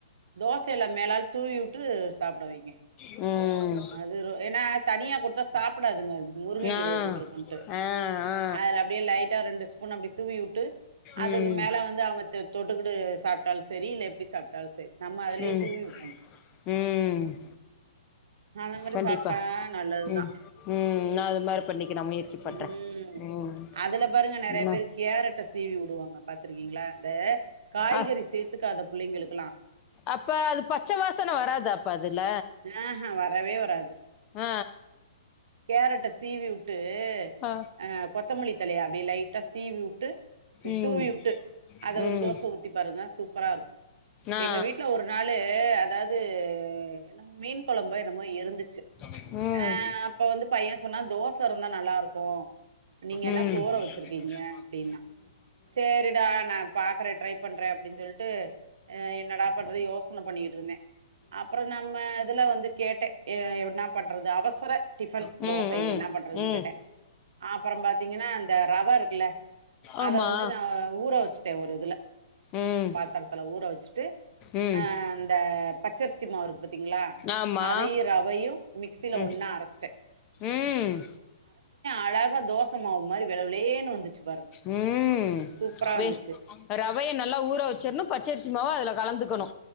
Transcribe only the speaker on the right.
தோசையில மேலால தூவி விட்டு சாப்ட வைங்க
அதுரு ஏனா தனியா கொடுத்தா சாப்டாதுங்க முருங்க கீரைய
போட்ருக்கோன்ட்டு
அதுல அப்டியே லைட்டா ரெண்டு ஸ்பூன் அப்டி தூவி வுட்டு அதுக்கு
மேல வந்து அவ்ங்க தொட்டுக்கடு சாப்ட்டாலு செரி இல்ல எப்டி சாப்ட்டாலு செரி நம்ம அதுலே
தூவி விட்றோ
அந்த மாரி
சாப்பிட்டா நல்லதுதான்.
ம்.
அதுல பாருங்க நெறைய
பேரு கேரட்ட சீவி வுடுவாங்க பாத்துருக்கீங்களா இந்த காய்கறி
சேத்துக்காத பிள்ளைங்களுக்
ஆஹ்ஹே வரவே வராது
கேரட்ட சீவி உட்டு
அ கொத்தமல்லி தலைய அப்டிய லைட்டா சீவி வுட்டு
தூவி வுட்டு அத
ஒரு தோச ஊத்தி பாருங்க சூப்பரா இருக்கு
எங்க வீட்டுல ஒரு நாளு அதாவ்து என்ன மீன் குழம்பு என்னமோ இருந்துச்சு
ஆ அப்ப வந்து பைய சொன்னா தோச இருந்தா நல்லா இருக்கு நீங்க என்ன
சோற வச்சிருக்கீங்க
அப்டின்னா
சேரிடா நா பாக்குறே ட்ரை பண்றே அப்டின் சொல்லிட்டு என்னடா பண்றே யோஸ் <unintelligible> பண்ணிட்டு இருந்தே அப்புறோ நம்மதுல வந்து கேட்ட என்ன பண்றது அவசர டிபன்
தோசை என்ன பண்றதுன்னு
கேட்டே அப்பறோ பாத்தீங்கன்னான் இந்த ரவ இருக்குல்ல அத
வந்து நா ஊற வச்சுட்டே ஒரு இதுல
பாத்திரத்துல ஊற வச்சு ட்டு
ஆ இந்த பச்சரிசிமாவு இருக்கு பாத்தீங்களா
அதையு ரவையு மிக்சில
ஒன்னா அரச்ட்டே
அழகா தோச மாவு மாரி வெள வெளேன்னு வந்துச்சு பாருங்க
சூப்பரா
வந்துச்சு